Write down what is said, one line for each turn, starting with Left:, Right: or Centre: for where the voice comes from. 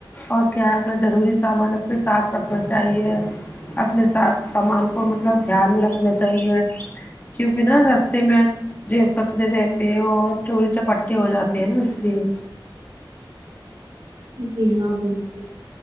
Left: اور کیا ہے اپنا ضروری سامان اپنے ساتھ رکھنا چاہیے اپنے ساتھ سامان کو مطلب دھیان میں رکھنا چاہیے کیونکی نا رستے میں جیب کترے رہتے ہیں اور چوری چپاٹے ہو جاتے ہیں نا اس لیے
Right: جی ہاں بالکل